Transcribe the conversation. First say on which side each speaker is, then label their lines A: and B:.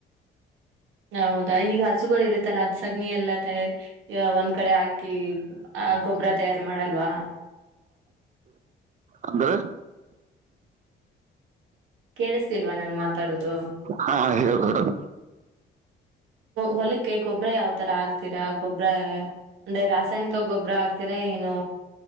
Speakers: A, on the right; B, on the right.
A: ಹೌದಾ ಈಗ ಹಸುಗಳು ಇರುತ್ತಲ್ಲಾ ಅದ್ ಸಗಣಿ ಎಲ್ಲ ಮತ್ತೆ ಒಂದ್ ಕಡೆ ಹಾಕಿ ಆ ಗೊಬ್ಬರ ತಯಾರ್ ಮಾಡಲ್ವಾ
B: ಅಂದ್ರೆ
A: ಕೇಳಿಸತಿಲ್ವಾ ನಾನ್ ಮಾತಾಡೋದು
B: ಹಾ ಹೇಳ್ರಿ
A: ಹೊಲಕ್ಕೆ ಗೊಬ್ಬ್ರ ಯಾವ ತರ ಆಗ್ತೀರಾ ಗೊಬ್ಬ್ರ ಅಂದ್ರೆ ರಾಸಾಯನಿಕ ಗೊಬ್ಬರ ಆಕ್ತೀರ ಏನು